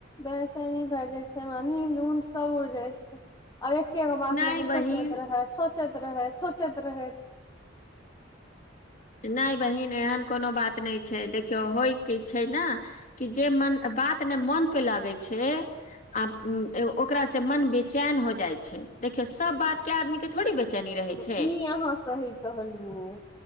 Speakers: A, on the left; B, on the left.
A: बेहसैनी भए जाइ छै हमरा नीद उऊद सब उड़जाइ छै आब एकेगो बात
B: नहि
A: लेके
B: बहिन
A: सोचैत रहै सोचे सोच रहैत सोचैत रहै
B: नहि बहिन एहन कोनो बात नहि छै देखियौ होयके छै न कि जे मन बात ने मोन पे लगै छ आब ओकरा से मन बेचैन हो जाइ छै देखियौ सबबात के आदमी के थोड़ी बेचनी रहै छ
A: ई अहाँ सही कहलहु